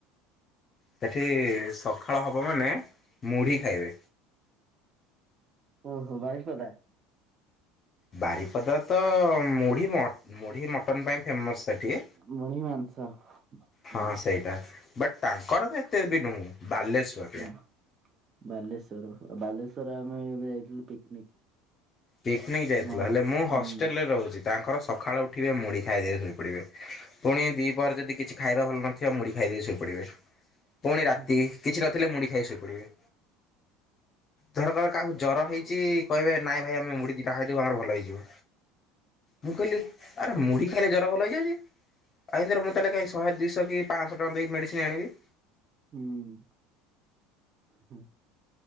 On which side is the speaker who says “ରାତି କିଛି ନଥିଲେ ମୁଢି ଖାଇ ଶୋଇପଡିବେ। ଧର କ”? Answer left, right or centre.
Left